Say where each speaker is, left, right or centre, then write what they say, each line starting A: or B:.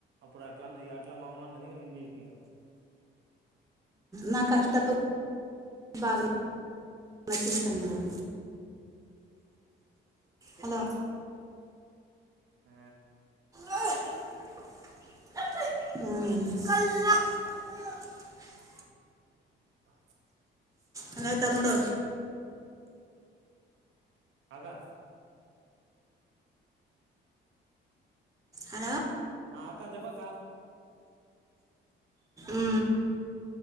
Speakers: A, on the right; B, on the right.
A: అప్పుడు అట్లా అట్లా మామ అన్నది ఇంగ్లీష్క
B: నా కష్టప్ బాగా న చింత మడం హలో
A: ఆ
B: ఉ
A: బా
B: హలో తమ్ముడు
A: ఆకా
B: హలో
A: ఆ అక్క చెప్పక్క
B: ఉ